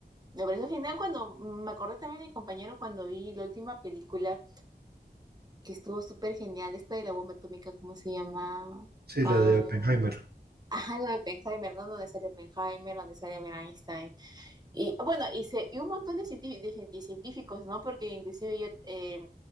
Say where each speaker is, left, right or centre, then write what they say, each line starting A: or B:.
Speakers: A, on the right (about 25°); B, on the right (about 65°).
A: me pareció genial cuando, me acordé también de mi compañero cuando vi la última película que estuvo súper genial, esta de la bomba atómica, ¿cómo se llama?
B: Sí,
A: Ah,
B: la de Oppenheimer.
A: ajá, la de Oppenheimer, ¿no? Donde sale Oppenheimer, donde sale Einstein. Y bueno, y, se- y un montón de, cienti- de cien- de científicos, ¿no? Porque inclusive yo eh,